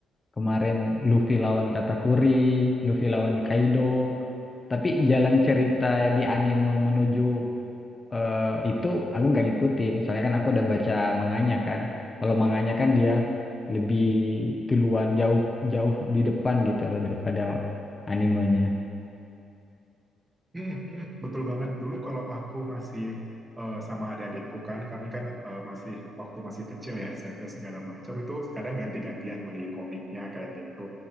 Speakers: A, on the left (about 25°); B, on the right (about 15°).
A: kemarin Luffy lawan Katakuri, Luffy lawan Kaido. Tapi jalan cerita di anime menuju eh, itu aku nggak ngikutin. Soalnya kan aku udah baca manganya kan. Kalau manganya kan dia lebih duluan jauh jauh di depan gitu loh daripada animenya.
B: Hmm, hmm, betul banget. Dulu kalau aku masih eh, sama adik-adikku kan, kami kan eh, masih waktu masih kecil ya SMP segala macam itu kadang ganti-gantian beli komiknya kayak gitu.